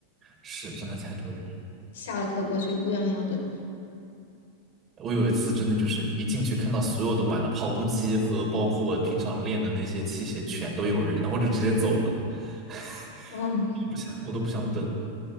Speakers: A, on the right; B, on the left.
A: 是，真的太多人了。
B: 下了课过去乌泱泱的。
A: 我有一次真的就是一进去看到所有都满了，跑步机和包括我平常练的那些器械全都有人，然后我就直接走了，<laughs>
B: 哦，
A: 不想我都不想等。